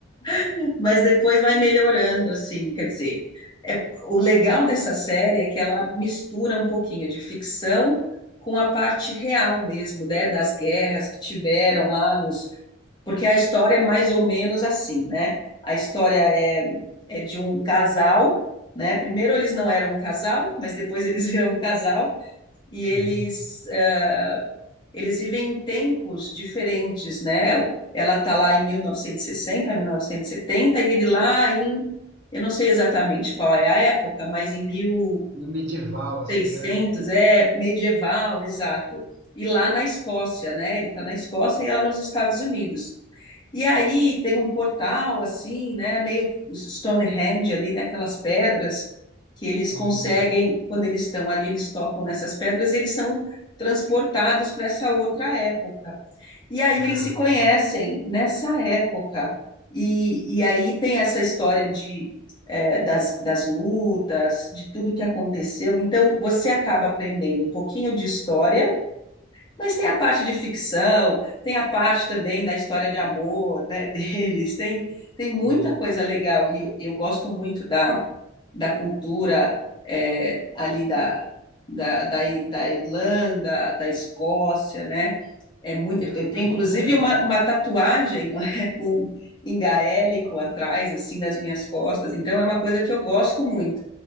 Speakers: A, on the left; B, on the right.
A: <laughs> Mas depois vai melhorando, assim, quer dizer. é- o legal dessa série é que ela mistura um pouquinho de ficção com a parte real mesmo, né, das guerras que tiveram lá nos. Porque a história é mais ou menos assim, né? A história é, é de um casal, né? Primeiro eles não eram um casal, mas depois eles <laughs> viram um casal e eles,
B: Uhum.
A: ah, eles vivem em tempos diferentes, né? Ela está lá em 1960, 1970, e sessenta, mil novecentos e setenta, e ele lá em, eu não sei exatamente qual é a época, mas em
B: E Medieval,
A: 1600,
B: assim, né?
A: é medieval, exato. E lá na Escócia, né? Ele está na Escócia e ela nos Estados Unidos. E aí tem um portal assim, né, meio Stonehenge ali, né, aquelas pedras que eles
B: Sim.
A: conseguem, quando eles estão ali, eles tocam nessas pedras, e eles são transportados para essa outra época. E aí
B: Ah,
A: eles se conhecem nessa época. E, e aí tem essa história de eh, das, das lutas, de tudo que aconteceu. Então você acaba aprendendo um pouquinho de história mas tem a parte de ficção, tem a parte também da história de amor, né, <laughs> deles, tem, tem muita
B: sim.
A: coisa legal e eu gosto muito da, da cultura é, ali da, da, da, I- da Irlanda, da Escócia, né? É muito,
B: Cultura
A: eu tenho
B: muito
A: eu tenho,
B: rica,
A: inclusive
B: né?
A: uma, uma tatuagem, não é, <laughs> com em gaélico atrás, assim, das minhas costas. Então é uma coisa que eu gosto muito.